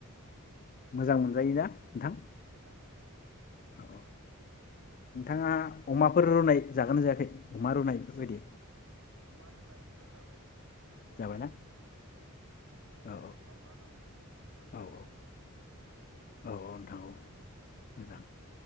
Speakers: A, on the right (about 65°); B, on the left (about 40°).
A: जाबाय
B: मोजां
A: दिथां
B: मोनजायोना नोंथां
A: मोजां मोनजायो औ।
B: औ औ नोंथाङा अमाफोर रुनाय जागोना जायाखै अमा रुनाय बेफोरबायदि?
A: अमा रुनायबो जाबाय। अमा
B: जाबायना
A: रुनायाबो गोथाव जायो आरो
B: औ
A: सावना जानाय हांना
B: औ
A: जानाय
B: औ
A: बेफोरबो गोथाव।
B: औ औ नोंथां औ मोजां
A: ओ